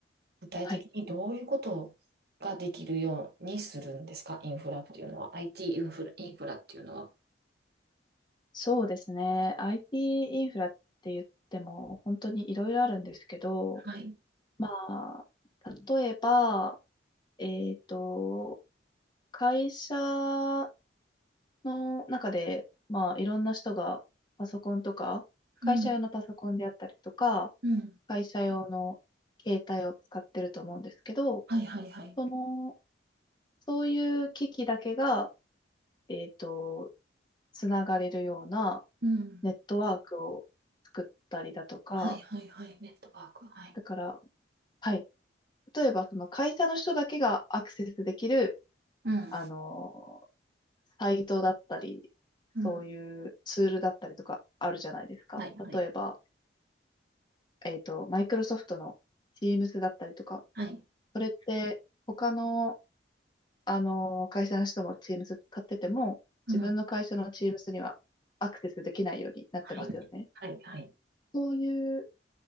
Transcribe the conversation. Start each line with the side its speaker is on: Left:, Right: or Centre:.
Right: 具体的にどういうことができるようにするんですかインフラっていうのは。
Left: はい。
Right: IT イティーインフラ、インフラっていうのは。
Left: そうですね。IT イティーインフラって言っても本当にいろいろあるんですけど、
Right: はい。
Left: まあ、例えば、えっと、会社の中で、まあ、いろんな人がパソコンとか、会社用のパソコンであったりとか、
Right: うん。うん。
Left: 会社用の携帯を使ってると思うんですけど、
Right: はいはいはい。
Left: その、そういう機器だけが、えっと、つながれるような
Right: うん。
Left: ネットワークを作ったりだとか、
Right: はいはいはい。ネットワーク。はい。
Left: だから、はい。例えば、その会社の人だけがアクセスできる
Right: うん。
Left: あの、サイトだったり、
Right: うん。
Left: そういうツールだったりとかあるじゃないですか。
Right: はいはい。
Left: 例えば、えっと、マイクロソフトの Teams だったりとか、
Right: はい。
Left: それって他の、あの、会社の人も Teams 使ってても、
Right: うん。
Left: 自分の会社の
Right: は
Left: Teams にはアクセスできないようになってますよね。
Right: い。はい、はい。
Left: そういう